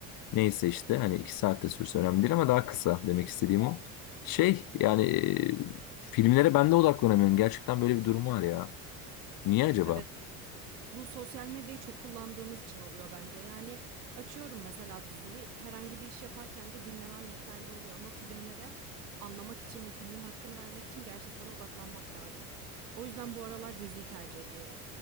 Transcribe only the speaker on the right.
Evet. Bu sosyal medyayı çok kullandığımız için oluyor bence. Yani açıyorum mesela diziyi. Herhangi bir iş yaparken de dinlemem yeterli oluyor ama filmlere anlamak için ve filmin hakkını vermek için gerçekten odaklanmak lazım. O yüzden bu aralar diziyi tercih ediyorum.